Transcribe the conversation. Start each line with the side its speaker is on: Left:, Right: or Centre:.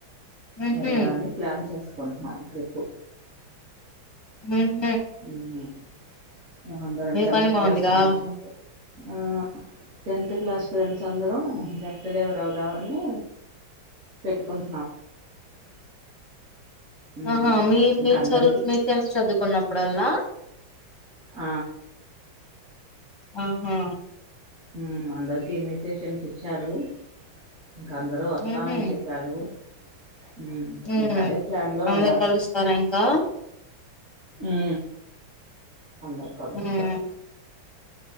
Left: ఉహూ
Right: ఎళ్దామని ప్లాన్ చె సుకుంటున్నాం ట్రిప్పు
Left: ఉమ్
Right: ఉహు మేమందరం
Left: మీ
Right: టెన్త్
Left: పని బాగుందిగా
Right: క్లాస్ ఫ్రెండ్స్ <unintelligible> ఆ టెన్త్ క్లాస్ ఫ్రెండ్స్ అందరం గెట్ టూ గెదర్ అవుదామని పెట్టుకున్ ఉమ్,
Left: ఆహా మీర్
Right: ఇంకా
Left: మీర్
Right: అందరికీ
Left: చదువు మీరు టెన్త్ చదుకున్నప్పుడల్లా
Right: ఆ
Left: ఆహా
Right: ఊ అందరికి ఇన్విటేషన్స్ ఇచ్చారు ఇంక అందరూ వస్తామని
Left: ఉహూ
Right: చెప్పారు. ఉ
Left: హ్మ్
Right: ఇంకా అదే ప్లాన్ లో
Left: అందరు
Right: ఉన్నాం
Left: కలుస్తారా ఇంకా
Right: ఊ అందరు కలుస్తారు
Left: హ్మ్